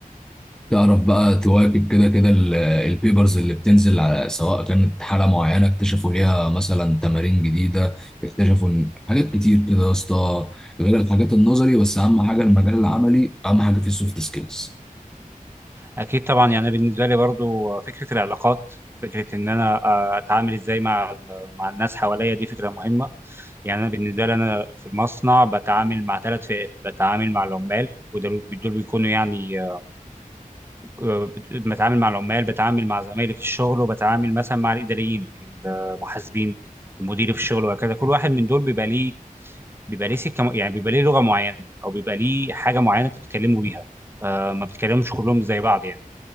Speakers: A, in the centre; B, on the right.
A: تعرف بقى تواكب كده كده ال- البيبرز اللي بتنزل على سواء كانت حاله معينه اكتشفوا ليها مثلا تمارين جديده اكتشفوا إن- حاجات كتير كده يا اسطى غير الحاجات النظري بس اهم حاجه المجال العملي اهم حاجه في السوفت سكيلز
B: اكيد طبعا يعني أنا بالنسبه لي برضو فكره العلاقات فكره ان انا آه، اتعامل ازاي مع ال- مع الناس حواليا دي فكره مهمه يعني انا بالنسبه لي انا في المصنع بتعامل مع ثلاث فئات بتعامل مع العمال ودول دول بيكونوا يعني آه، آه، بتعامل مع العمال بتعامل مع زمايلي في الشغل وبتعامل مثلا مع الاداريين المحاسبين المدير في الشغل وهكذا كل واحد من دول بيبقى ليه بيبقى ليه سكه يعني بيبقى ليه لغه معينه او بيبقى ليه حاجه معينه انت بتتكلموا بيها آه، ما بتتكلمش كلهم زي بعض يعني